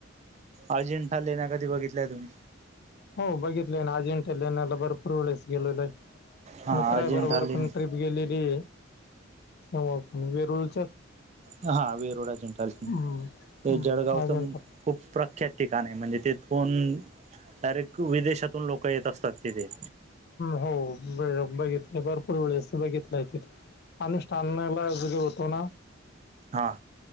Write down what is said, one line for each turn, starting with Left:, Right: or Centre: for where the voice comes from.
Right: अजिंठा लेण्या कधी बघितल्या तुम्ही?
Left: हो बघितलं ना अजिंठा लेण्याला भरपूर वेळेस गेलो आहे.
Right: हा
Left: मित्र
Right: अजिंठा
Left: आहे बरोबर
Right: लेणी
Left: पण ट्रीप गेलेली हे <unintelligible> वेरूळ
Right: हा वेरूळ अजिंठा
Left: हं,
Right: ते
Left: हं.
Right: जळगावच
Left: अजिंठा
Right: खूप प्रख्यात ठिकाण आहे म्हणजे तेथून. रेकू विदेशातून लोक येत असतात तिथे.
Left: होे <unintelligible> बघितलंय भरपूर वेळ अस बघितलाय तिथे. अनुष्ठानेलाजगे होतो ना?
Right: हा.